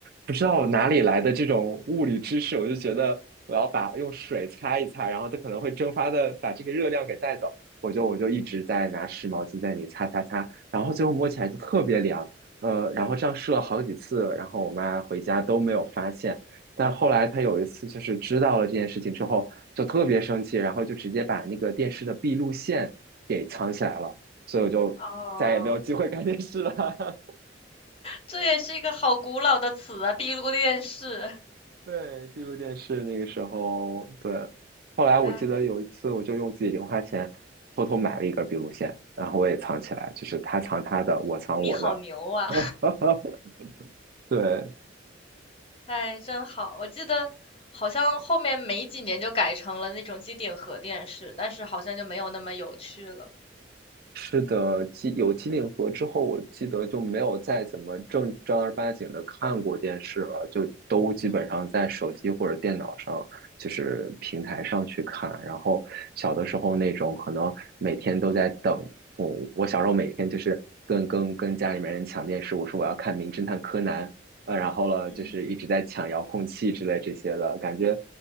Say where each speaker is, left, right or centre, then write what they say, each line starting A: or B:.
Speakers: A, on the right; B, on the left.
A: 不知道哪里来的这种物理知识，我就觉得我要把用水擦一擦，然后它可能会蒸发的把这个热量给带走。我就我就一直在拿湿毛巾在那里擦擦擦，然后最后摸起来就特别凉，呃，然后这样试了好几次，然后我妈回家都没有发现，但后来她有一次就是知道了这件事情之后，就特别生气，然后就直接把那个电视的闭路线给藏起来了，所以我就再也没有机会看电视了。
B: 哦，
A: <laughs>
B: 这也是一个好古老的词啊，帝国电视。
A: 对，闭路电视那个时候，对，后来我记得有一次，
B: 哎，
A: 我就用自己零花钱偷偷买了一根闭路线，然后我也藏起来，就是他藏他的，我藏我的。
B: 你好牛啊！
A: <laughs> 对，
B: 哎，真好。我记得好像后面没几年就改成了那种机顶盒电视，但是好像就没有那么有趣了。
A: 是的，机有机顶盒之后，我记得就没有再怎么正正儿八经的看过电视了，就都基本上在手机或者电脑上，
B: 嗯
A: 就是平台上去看。然后小的时候那种可能每天都在等，我我小时候每天就是跟跟跟家里面人抢电视，我说我要看《名侦探柯南》，呃，然后了就是一直在抢遥控器之类这些的感觉，
B: 嗯，